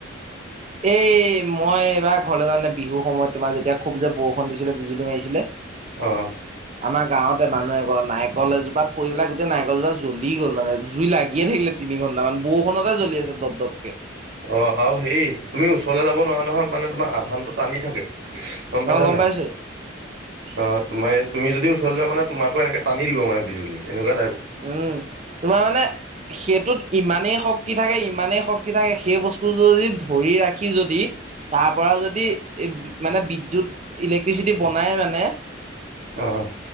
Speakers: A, on the right; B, on the right.
A: এই মই এবাৰ ঘৰলে যাওতে বিহুৰ সময়ত। তোমাৰ যেতিয়া খুব যে বৰষুণ দিছিলে, বিজুল মাৰিছিলে
B: অ',
A: আমাৰ গাঁৱত। মানুহ এঘৰত নাৰিকল এজোপাত পৰি পেলাই গোটেই নাৰিকলজোপা জ্বলি গ'ল মানে জুই লাগিয়ে থাকিলে তিনি ঘণ্টামান। বৰষুণতে জ্বলি আছে দপ দপকে।
B: অ' আৰু হেৰি তুমি ওচৰলে যাব নোৱাৰা নহয় মানে তোমাৰ আধানটো টানি থাকে। গ'ম পাইছা
A: অ
B: নাই
A: পাইছো
B: অ' তোমাৰ য়ে তুমি যদি ওচৰলৈ যোৱা মান তোমোকো এনেকৈ টানি দিব মানে বিজুল এনেকুৱাই।
A: উম, তোমাৰ মানে সেইটোত ইমানেই শক্ত শক্তি থাকে ইমানেই শক্তি থাকে সেই বস্তু যদি ধৰি ৰাখি যদি তাৰ পৰা যদি মানে বিদ্যুৎ ইলেক্ট্ৰিচিটি বনাই মানে
B: অঁ।